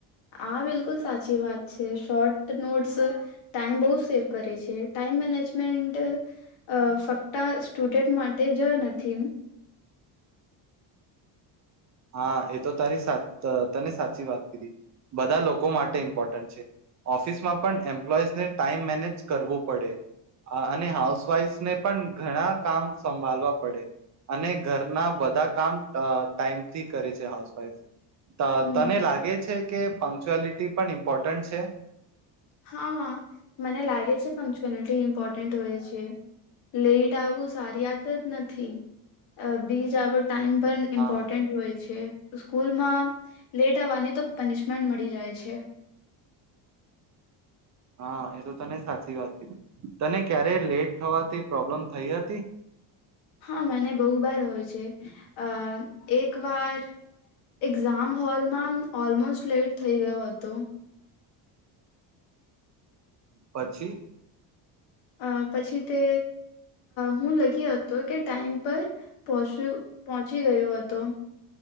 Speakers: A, on the left; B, on the right.
A: હા બિલકુલ સાચી વાત છે શોર્ટ નોટ્સ, ટાઈમ બહુ સેવ કરે છે ટાઈમ મેનેજમેન્ટ, ફક્ત સ્ટુડન્ટ માટે જ નથી.
B: હા એ તો તારી સા તને સાચી વાત કીધી, બધા લોકો માટે ઇમ્પોર્ટન્ટ છે ઓફિસમાં પણ એમ્પ્લોઈઝને ટાઈમ મેનેજ કરવું પડે, અને હાઉસવાઈફને પણ ઘણા કામ સંભાળવા પડે, અને ઘરના બધા કામ ટાઈમ થી કરે છે હાઉસવાઈફ.
A: હમ
B: તને લાગે છે કે પંક્ચ્યુઆલિટી પણ ઇમ્પોર્ટન્ટ છે.
A: હા હા મને લાગે છે પંક્ચુઅલિટી ઇમ્પોર્ટન્ટ હોય છે, લેટ આવવું સારી વાત જ નથી, બીજ આવડ ટાઈમ પણ
B: હા
A: ઇમ્પોર્ટન્ટ હોય છે. સ્કૂલમાં લેટ આવવાની તો પનિશમેન્ટ મળી જાય છે.
B: હા એ તો તને સાચી વાત કીધી, તને ક્યારે લેટ થવાથી પ્રોબ્લેમ થઈ હતી?
A: હા મને બહુ બાર હોય છે, અ એક વાર એક્ઝામ હોલમાં ઓલમોસ્ટ લેટ થઈ ગયો હતો.
B: પછી?
A: અ પછી તે હું લખી હતો કે ટાઈમ પર પહચ્યું. પહોંચી ગયો હતો,